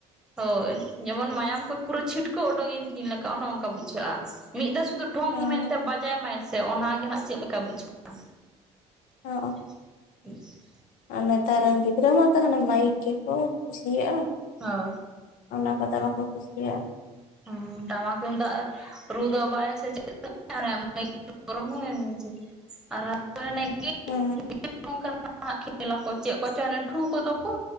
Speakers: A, in the centre; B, on the left (about 75°).
A: ᱦᱚᱭ ᱡᱮᱢᱚᱱ ᱢᱟᱭᱟᱢ ᱠᱚ ᱯᱩᱨᱟᱹ ᱪᱷᱤᱴᱠᱟᱹ ᱩᱰᱚᱜ ᱤᱧ ᱛᱤᱧ ᱞᱮᱠᱟ ᱚᱱᱮ ᱚᱱᱠᱟ ᱵᱩᱡᱷᱟᱹᱜᱼᱟ᱾ᱢᱤᱫ ᱫᱷᱟᱣ ᱥᱩᱫᱩ ᱴᱷᱩᱝ
B: ᱦᱮᱸ
A: ᱢᱮᱱ ᱛᱮ ᱵᱟᱡᱟᱭ ᱢᱟᱭ ᱥᱮ ᱚᱱᱟ ᱜᱮ ᱦᱟᱸᱜ ᱪᱮᱫ ᱞᱮᱠᱟ ᱵᱩᱡᱷᱟᱹᱜᱼᱟ᱾
B: ᱦᱚᱜ-ᱚ᱾
A: <unintelligible>
B: ᱟᱨ ᱱᱮᱛᱟᱨ ᱨᱮᱱ ᱜᱤᱫᱽᱨᱟᱹ ᱢᱟᱛᱚ ᱢᱟᱹᱭᱤᱠ ᱜᱮᱠᱚ ᱠᱩᱥᱤᱭᱟᱜᱼᱟ᱾
A: ᱦᱳᱭ
B: ᱚᱱᱟ ᱠᱚᱫᱟ ᱠᱚᱠᱚ ᱠᱩᱥᱤᱭᱟᱜᱼᱟ᱾
A: ᱦᱩᱸ ᱴᱟᱢᱟᱠ ᱛᱩᱢᱫᱟᱜ ᱮᱜ ᱨᱩ ᱫᱚ ᱵᱟᱭ ᱟᱥᱮ ᱪᱮᱫ᱾ <unintelligible> ᱟᱨ ᱦᱟᱱᱮ ᱢᱟᱹᱭᱤᱠ ᱠᱚ ᱠᱚᱨᱚᱱ ᱢᱮ <unintelligible> ᱟᱨ᱾ ᱦᱟᱱᱮ <unintelligible>
B: ᱦᱮᱸ
A: ᱱᱚᱝᱠᱟ ᱞᱮᱠᱟ ᱱᱟ᱾ ᱱᱟ ᱠᱷᱮᱞ ᱟᱠᱚ ᱪᱮᱫ ᱠᱚ ᱪᱚ ᱦᱟᱱᱮ ᱴᱷᱩ ᱠᱚᱫᱚ ᱠᱚ